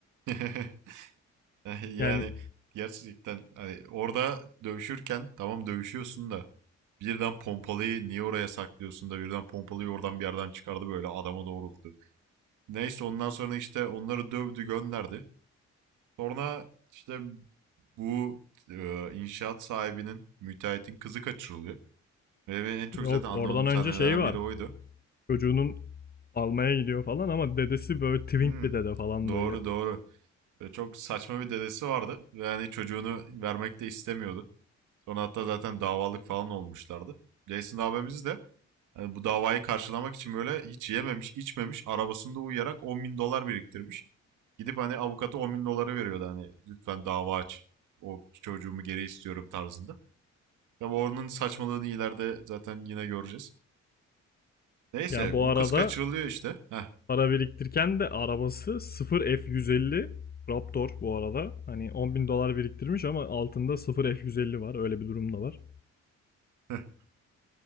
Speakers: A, on the right; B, on the left.
A: <laughs> Yani
B: Yani
A: gerçekten hani orada dövüşürken tamam dövüşüyorsun da birden pompalıyı niye oraya saklıyorsun da birden pompalıyı oradan bir yerden çıkardı böyle adama doğrulttu. Neyse ondan sonra işte onları dövdü gönderdi. Sonra işte bu e, inşaat sahibinin, müteahhitin kızı kaçırılıyor. Ve benim en çok
B: yok
A: zaten anlamadığım
B: oradan önce
A: sahnelerden
B: şey var.
A: biri oydu.
B: Çocuğunun almaya gidiyor falan ama dedesi böyle twink
A: Hmm,
B: bir dede falan
A: doğru
B: böyle
A: doğru. Ve çok saçma bir dedesi vardı. Ve hani çocuğunu vermek de istemiyordu. Sonra hatta zaten davalık falan olmuşlardı. Jason abimiz de hani bu davayı karşılamak için böyle hiç yememiş, içmemiş, arabasında uyuyarak 10 bin dolar biriktirmiş. Gidip hani avukata 10 bin doları veriyordu hani lütfen dava aç. O çocuğumu geri istiyorum tarzında. Tabi onun saçmalığını ileride zaten yine göreceğiz. Neyse
B: Ya bu
A: bu
B: arada
A: kız kaçırılıyor işte. Heh.
B: para biriktirirken de arabası 0 F150 Raptor bu arada. Hani 10 bin dolar biriktirmiş ama altında 0 F150 var. Öyle bir durum da var.
A: <laughs>